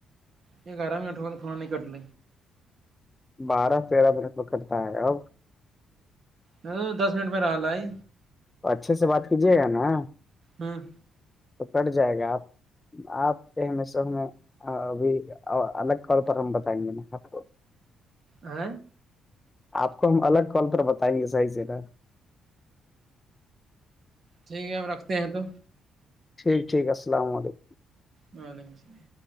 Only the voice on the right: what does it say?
ایک گرام اٹو تو خھنا نہیں کٹل
ہوں دس منٹ میں رہ ہے
ہوں
ہ
ٹھیک ہے ہم رکھتے ہیں تو
وعلیکم السلام